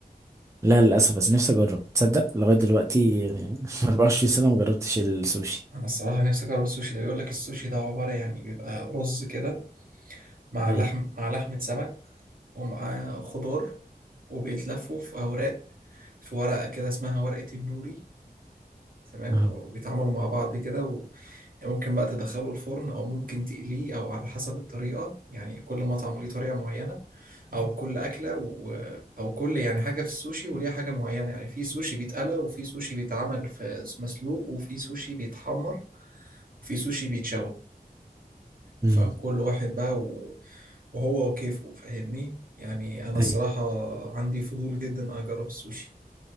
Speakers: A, on the right; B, on the right.
A: لا للأسف بس نفسي أجرب تصدق لغاية
B: انت
A: دلوقتي <laughs> 24 سنة مجربتش السوشي
B: انا الصراحه نفسي اجرب السوشي ده بيقول لك السوشي ده عباره يعني بيبقى رز كده مع
A: أيوة
B: لحم مع لحمه سمك ومعاه خضار وبيتلفوا في اوراق في ورقه كده اسمها ورقه النوري تمام
A: أهو
B: وبيتعاملوا مع بعض كده يعني ممكن بقى تدخله الفرن او ممكن تقليه او على حسب الطريقه يعني كل مطعم ليه طريقه معينه او كل اكله و... او كل يعني حاجه في السوشي وليها حاجه معينه يعني في سوشي بيتقلى وفي سوشي بيتعمل في مسلوق وفي سوشي بيتحمر وفي سوشي بيتشوى فكل
A: أمم.
B: واحد بقى و... وهو وكيفه فاهمني يعني انا الصراحه
A: أيوة
B: عندي فضول جدا اجرب السوشي